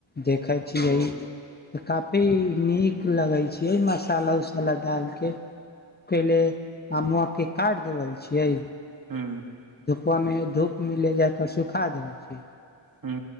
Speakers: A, on the left (about 20°); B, on the right (about 45°).
A: देखै छियै
B: ओ
A: तऽ कफ पर नीक लगै छैियै मसाला उसाला डालके पहिले हम आमवा के काटि देबल छियै
B: हुँ
A: धुपामे धूप मिले जााक सुखा दे छी
B: ह